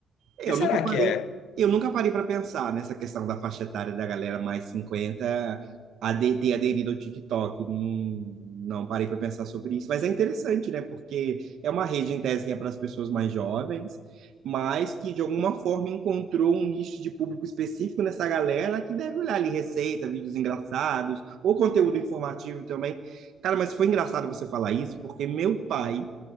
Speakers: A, on the right; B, on the left.
A: Eu
B: que será
A: nunca parei,
B: que é?
A: eu nunca parei para pensar nessa questão da faixa etária da galera mais 50 ade- ter aderido ao TikTok. Não, não parei para pensar sobre isso, mas é interessante, né? Porque é uma rede em tese que é para as pessoas mais jovens, mas que de alguma forma encontrou um nicho de público específico nessa galera que deve olhar ali receita, vídeos engraçados ou conteúdo informativo também. Cara, mas foi engraçado você falar isso, porque meu pai